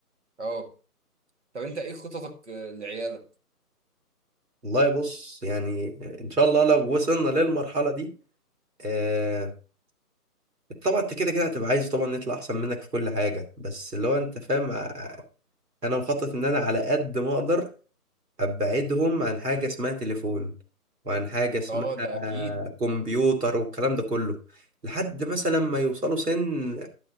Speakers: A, on the right (about 45°); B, on the right (about 85°).
A: اه طب انت ايه خططك آه، لعيالك
B: والله بص يعني ان شاء الله لو وصلنا للمرحله دي آه طبعا انت كده كده هتبقى عايز طبعا نطلع احسن منك في كل حاجه بس اللي هو انت فاهم آه، انا مخطط ان انا على قد ما اقدر ابعدهم عن حاجه اسمها تليفون وعن حاجه اسمها
A: اه ده اكيد
B: كمبيوتر والكلام ده كله لحد مثلا ما يوصلوا سن